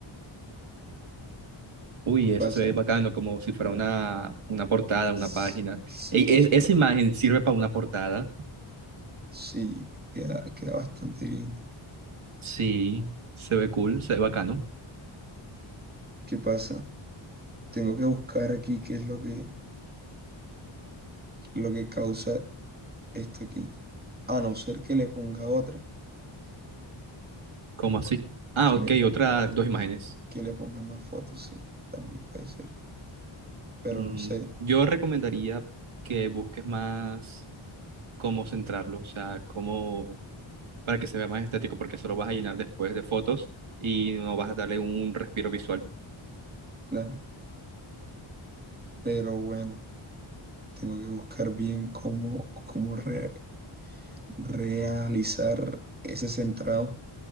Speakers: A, on the right; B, on the right.
A: Uy, eso
B: pasa.
A: se ve bacano, como si fuera una, una portada, una
B: s-
A: página.
B: Sí,
A: Ey,
B: como
A: e-
B: si fuera.
A: esa imagen sirve para una portada.
B: Sí, queda, queda bastante bien.
A: Sí, se ve cool, se ve bacano.
B: ¿Qué pasa? Tengo que buscar aquí qué es lo que, lo que causa esto aquí. A no ser que le ponga otra.
A: ¿Cómo así? Ah,
B: Que
A: ok,
B: le,
A: otras dos imágenes.
B: que le ponga más fotos, sí. También puede ser. Pero
A: Mm,
B: no sé,
A: yo recomendaría que busques más cómo centrarlo, o sea, cómo para que se vea más estético, porque eso lo vas a llenar después de fotos y no vas a darle un respiro visual.
B: claro. Pero bueno. Tengo que buscar bien cómo, cómo re- realizar ese centrado.